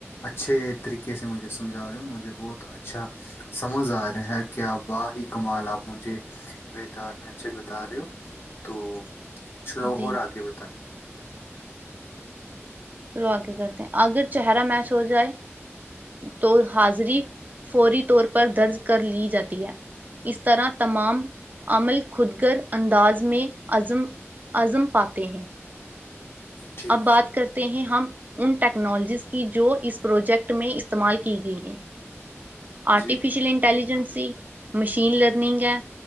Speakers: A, on the left; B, on the right.
A: اچھے طریقے سے مجھے سمجھا رہے ہو مجھے بہت اچھا سمجھ آ رہا ہے کیا وا ہی کمال آپ مجھے وتار میں اچھے بتا رہے ہو تو چلو
B: جی
A: ہو آگے ب
B: چلو آگے کرتے ہیں اگر چہرہ میچ ہو جائے تو حاضری فوری طور پر درج کر لی جاتی ہے اس طرح تمام عمل خودگر انداز میں عزم عزم پاتے ہیں
A: جی
B: اب بات کرتے ہیں ہم ان ٹیکنالوجیز کی جو اس پروجیکٹ میں استعمال کی گئی ہیں آرٹیفیشیل
A: جی
B: انٹیلیجنس مشین لرننگ ہے